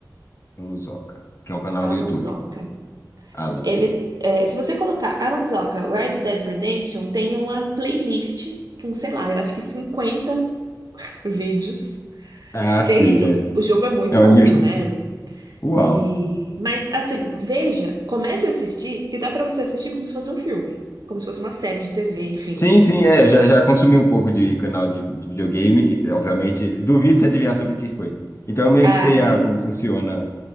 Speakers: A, on the left; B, on the right.
A: Luzoca, que é um canal
B: Alan
A: do YouTube.
B: Zoca.
A: Alan.
B: Ele, é, se você colocar Alan Zoca Red Dead Redemption, tem uma playlist com, sei lá, eu acho que 50 vídeos
A: Ah,
B: Porque
A: sim,
B: é isso,
A: é.
B: o jogo é muito
A: É uma
B: longo,
A: imersão.
B: né?
A: Uau.
B: E, mas assim, veja, comece a assistir, porque dá pra você assistir como se fosse um filme, como se fosse uma série de TV, enfim.
A: Sim, sim, é. eu Já, já consumi um pouco de canal de, de videogame. e, Obviamente, duvido se adivinhar sobre o que foi. Então, eu meio
B: Ah,
A: que sei ah, como funciona.